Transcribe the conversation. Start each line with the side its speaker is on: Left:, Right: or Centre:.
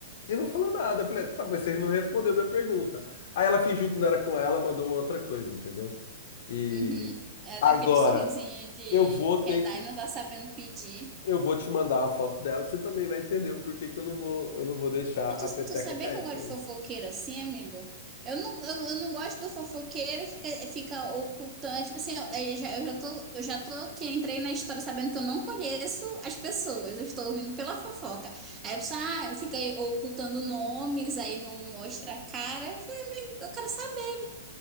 Left: E não falou nada. Eu falei, tá, mas você não respondeu minha pergunta. Aí ela fingiu que não era com ela, mandou uma outra coisa, entendeu? E
Right: Uhum. É
Left: agora.
Right: daquele sorrisinho de
Left: Eu vou ter
Right: quer dar
Left: que,
Right: e não tá sabendo pedir.
Left: eu vou te mandar a foto dela, você também vai entender o porquê que eu não vou, eu não vou deixar
Right: E
Left: a
Right: tu,
Left: peteca
Right: tu sabia
Left: cair
Right: que eu gosto
Left: também.
Right: de fofoqueiro assim, amigo? Eu não, eu, eu não gosto do fofoqueiro que fica, fica ocultando. Tipo assim, eu, eu já, eu já tô, eu já tô que entrei na história sabendo que eu não conheço as pessoas, eu estou ouvindo pela fofoca. Aí a pessoa ah, fica aí ocultando nomes, aí não mostra a cara. Eu falei, amigo, eu quero saber.